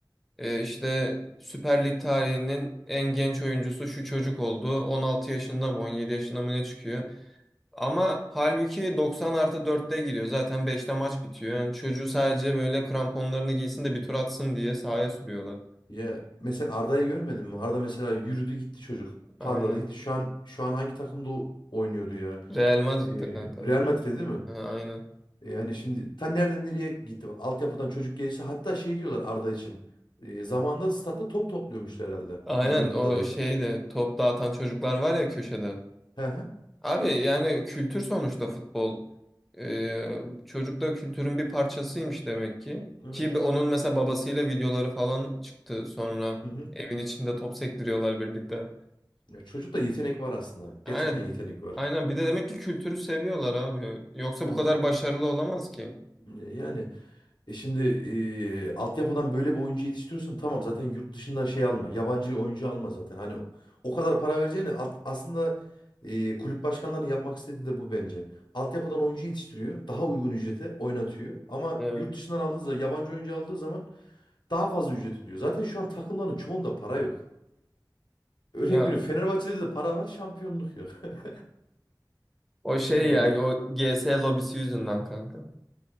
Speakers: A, in the centre; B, on the left.
A: Ee, işte Süper Lig tarihinin en genç oyuncusu şu çocuk oldu. 16 yaşında mı 17 yaşında mı ne çıkıyor. Ama halbuki 90 artı 4'te giriyor. Zaten beşte maç bitiyor. Yani çocuğu sadece böyle kramponlarını giysin de bir tur atsın diye sahaya sürüyorlar.
B: Ya mesela Arda'yı görmedin mi? Arda mesela yürüdü gitti çocuk. Parladı
A: Aynen.
B: gitti. Şu an şu an hangi takımda o- oynuyordu ya?
A: Real Madrid'de
B: Ee,
A: kanka.
B: Real Madrid'de değil mi?
A: Ha, aynen.
B: E yani şimdi ta nereden nereye gitti bak. Altyapıdan çocuk gelişti. Hatta şey diyorlar Arda için. E, zamanında statta top topluyormuş herhalde.
A: Aynen
B: Bildiğim kadarıyla.
A: o şeyde top dağıtan çocuklar var ya köşede.
B: He he.
A: Abi yani kültür sonuçta futbol. Ee, çocuk da kültürün bir parçasıymış demek ki.
B: Evet.
A: Ki onun mesela babasıyla videoları falan çıktı sonra
B: Hı hı.
A: evin içinde top sektiriyorlar birlikte.
B: Ya çocukta yetenek var aslında.
A: Aynen,
B: Gerçekten yetenek var.
A: aynen bir de demek ki kültürü seviyorlar abi. Yoksa
B: Evet.
A: bu kadar başarılı olamaz ki.
B: E, Yani E şimdi e, altyapıdan böyle bir oyuncu yetiştiriyorsan tamam zaten yurt dışından şey alma. Yabancı oyuncu alma zaten. Hani o kadar para vereceğine alt- aslında e, kulüp başkanlarının yapmak istediği de bu bence. Altyapıdan oyuncu yetiştiriyor. Daha uygun ücrete oynatıyor. Ama
A: Evet.
B: yurt dışından aldığı zaman yabancı oyuncu aldığı zaman daha fazla ücret ödüyor. Zaten şu an takımların çoğunda para yok. Örnek
A: Ya
B: veriyorum Fenerbahçe'de de para var şampiyonluk yok. <laughs>
A: o şey
B: Yani
A: ya o G S lobisi yüzünden kanka.